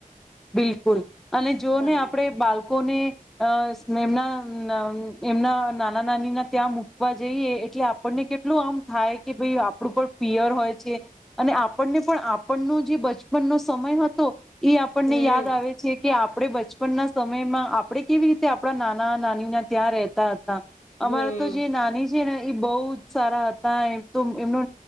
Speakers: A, in the centre; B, on the left.
A: બિલકુલ અને જો
B: હા.
A: ને આપણે બાળકોને. કે અ. એમના ન ન એમના નાના નાની ના ત્યાં મૂકવા જઈએ એટલે આપણને કેટલું આમ થાય કે ભાઈ આપણું પણ પિયર હોય છે. અને આપણને પણ આપણનો જે બચપનનો જે સમય હતો એ આપણને
B: હમ
A: યાદ આવે છે. કે આપ આપણે બચપનના સમયમાં આપણે કેવી રીતે આપણા નાના નાનીના ત્યાં રહેતા. તા
B: હમ.
A: અમારે તો જે નાની જે ને એ બહુ જ સારા હતા એમ તો એમનો